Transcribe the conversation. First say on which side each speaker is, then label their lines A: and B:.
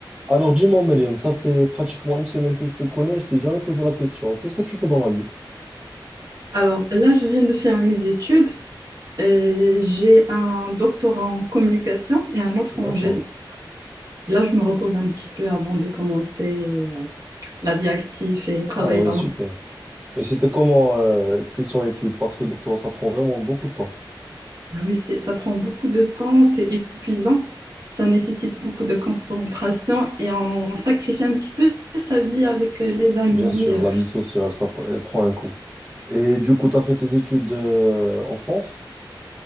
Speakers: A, on the right; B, on the right.
A: Alors dis-moi, Myriam, ça fait pratiquement une semaine que je te connais, je t'ai jamais posé la question. Qu'est-ce que tu fais dans la vie?
B: Alors là, je viens de faire mes études. Euh, j'ai un doctorat en communication et un autre
A: D'accord.
B: en gestion. Là, je me repose un petit peu avant de commencer euh, la vie active et travailler
A: Ah ouais,
B: dans
A: super.
B: le...
A: Et c'était comment euh, question études? Parce que doctorat, ça prend vraiment beaucoup de temps.
B: Ah Oui, c'est- ça prend beaucoup de temps, c'est épuisant, ça nécessite beaucoup de concentration et on sacrifie un petit peu sa vie avec euh, les amis.
A: Bien sûr,
B: euh.
A: la vie sociale, ça pr- elle prend un coup. Et du coup, tu as fait tes études euh, en France?